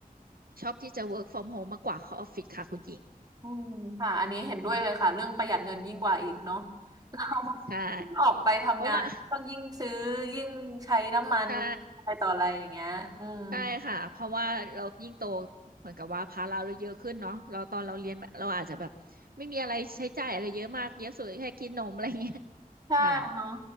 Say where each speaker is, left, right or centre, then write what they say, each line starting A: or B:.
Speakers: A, on the right; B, on the right.
A: ชอบที่จะ work from home มากกว่าเข้าออฟฟิศค่ะคุณหญิง
B: อืมค่ะอันนี้เห็นด้วยเลยค่ะเรื่องประหยัดเงินยิ่งกว่าอีกเนาะ <laughs>
A: ใช่
B: เราออกไปทำงานต้องยิ่งซื้อยิ่งใช้น้ำมันอะไรต่ออะไรอย่างเงี้ยอืม
A: เพราะว่าใช่ใช่ค่ะเพราะว่าเรายิ่งโตเหมือนกับว่าภาระเราเยอะขึ้นเนาะเราตอนเราเรียนมาเราอาจจะแบบไม่มีอะไรใช้จ่ายอะไรเยอะมากเยอะสุดแค่กินนมอะไรเงี้ย
B: ใช่เนาะ
A: ค่ะ